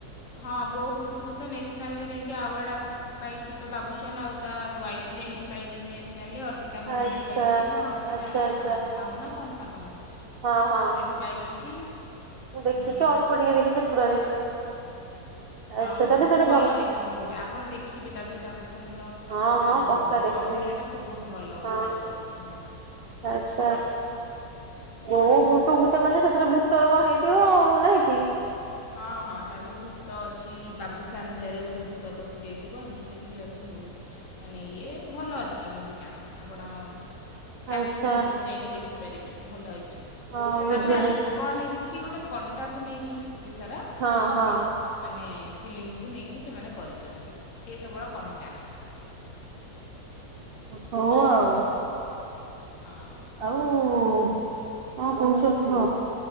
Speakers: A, on the left; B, on the right.
A: ହଁ, ବୋଉବୁଟୁ ଭୂତ ନେସନାଲ ରେ ଯାଇକି ଆୱାର୍ଡ ଆ ପାଇଛି ବାବୁସଆନ୍ ଆଉ ତା ୱାଇଫ୍ ଯାଇକି ପାଇଛନ୍ତି, ନ୍ୟାସନାଲରେ। ଅର୍ଚ୍ଚତା ମହାନ୍ତି
B: ଆଚ୍ଛା।
A: ବି ପାଇ ଅର୍ଚିତା
B: ଆଚ୍ଛା ଆଚ୍ଛା
A: ସାହୁନା କଣ ତାଙ୍କ ନା?
B: ହଁ ହଁ
A: ସେ ବି ପାଇଛନ୍ତି।
B: ମୁଁ, ଦେଖିଛି
A: ଉଁ,
B: ଅଳ୍ପ ଟିକେ ଦେଖିଛି, ପୁରା ଦେଖିନି।
A: ହଁ,
B: ଆଚ୍ଛା ତାହେଲେ
A: ବହୁତ
B: ସେଇଟା
A: ଭଲ ହେଇଛି ମୁଭିଟା। ଆପଣ ଦେଖିବେ ତା ଦେହରେ ବାବୁଶାନ୍ ର
B: ହଁ
A: ଯେଉଁ
B: ହଁ ପକ୍କା ଦେଖିବି
A: ଅଭିନୟଟା ସେ ବହୁତ ଭଲ,
B: ହଁ
A: ଭଲ କରିଛି ହଁ।
B: ଆଚ୍ଛା। ବୋଉ
A: ହୁଁ।
B: ବୁଟୁ ଭୂତ ମାନେ ସେଥିରେ ଭୁ ତୋର କଣ ହେଇଥିବ ଆଉ ନାଇଁ କି?
A: ହଁ, ହଁ ତା ଦେହରେ ଭୂତ ଅଛି। ବାବୁଶାନ୍ ଦେହରେ ଗୋଟେ ଭୂତ ପଶିଯାଇଥିବ ଏମ ଏତି କିଛି ଅଛି ମୁଭି ମାନେ ଇଏ ଭଲ ଅଛି ମୁଭିଟା। ଆପଣ ଫ୍ୟାମିଲି
B: ଆଚ୍ଛା।
A: ସହିତ ବି ଯାଇକି ଦେଖିପାରିବେ ଭଲ ହେଇଛି।
B: ହଁ ବୁଝିଲି
A: ତା ଦେହରେ କଣ ହେଇଛି କି ଗୋଟେ କଣ୍ଟାକୁ ନେଇକି ଏତେ ସାରା
B: ହଁ, ହଁ।
A: ମାନେ ଫିଲ୍ମକୁ ନେଇକି ସେମାନେ କରିଛନ୍ତି ଗୋଟିଏ କେବଳ କଣ୍ଟା।
B: ହଉ ଆଉ।
A: ହଁ।
B: ଆଉ କଣ କହୁଛ କୁହ।